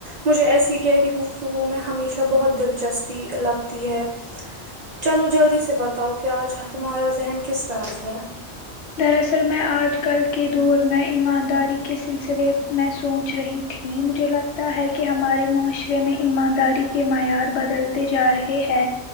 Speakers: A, on the right; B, on the left.
A: مجھے ایسی گہری گفتگو میں ہمیشہ بہت دلچسپی لگتی ہے چلو جلدی سے بتاؤ کہ آج تمہارا ذہن کس طرف ہے
B: دراصل میں آج کل کے دور میں ایمانداری کے سلسلے میں سوچ رہی تھی تھی مجھے لگتا ہے کہ ہمارے معاشرے میں ایمانداری کے معیار بدلتے جا رہے ہیں